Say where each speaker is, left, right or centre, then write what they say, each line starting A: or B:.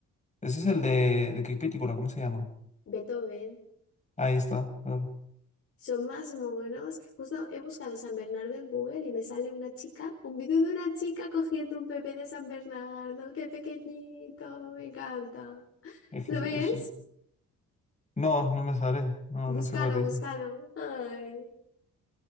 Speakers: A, on the left; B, on the left.
A: Ese es el de. ¿De qué película? ¿Cómo se llama?
B: Beethoven,
A: Ahí está, claro.
B: son más monos. Justo he buscado San Bernardo en Google y me sale una chica, un vídeo de una chica cogiendo un bebé de San Bernardo, qué pequeñito, me encanta.
A: Es que
B: ¿Lo
A: eso.
B: ves?
A: eso es- No, no me sale. No,
B: Búscalo,
A: no sé cuál dice.
B: búscalo. Ay.